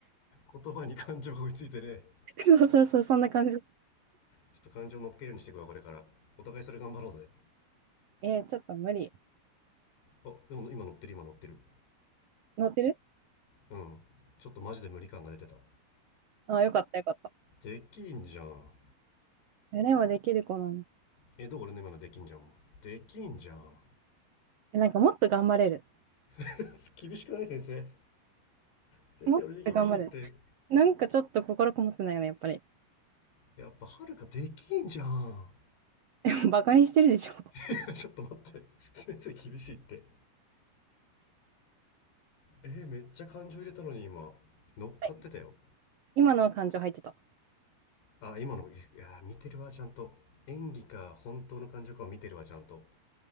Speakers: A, on the left; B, on the right.
A: 言葉に感情が追いついてね
B: そうそうそう、そんな感じ。
A: ちょっと感情乗っけるようにしていくわこれからお互いそれ頑張ろうぜ
B: えー、ちょっと無理。
A: あでも今乗ってる今乗ってる
B: 乗ってる
A: うんちょっとマジで無理感が出てた
B: あ、よかったよかった。
A: できんじゃん
B: やればできる子なの。
A: えどう俺の今のできんじゃんもできんじゃん
B: え、なんかもっと頑張れる。
A: <laughs> 厳しくない先生先生俺に厳しいって
B: もっと頑張れる。なんかちょっと心こもってないよね、やっぱり。
A: やっぱはるかできんじゃん
B: <laughs> バカにしてるでしょ。は
A: <laughs> ちょっと待って先生厳しいってえーめっちゃ感情入れたのに今乗っかってたよ
B: い今のは感情入ってた。
A: あ今のいや見てるわちゃんと演技か本当の感情かを見てるわちゃんと